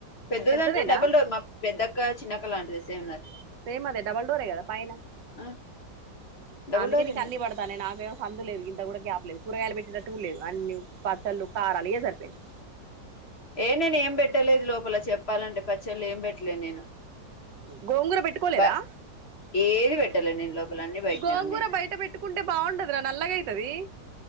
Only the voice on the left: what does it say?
పెద్దది
అంటే డబుల్ డోర్ మా పెద్దక్క చిన్నక్క లాంటిది సేమ్ నాది
ఆ డబల్
డోరే
నాది
ఏ నేను ఏం పెట్టలేదు లోపల చెప్పాలంటే పచ్చళ్ళు ఏం పెట్టలే నేను
బ ఏది పెట్టలే నేను లోపల అన్ని బయటనే
ఉన్నాయి నాయి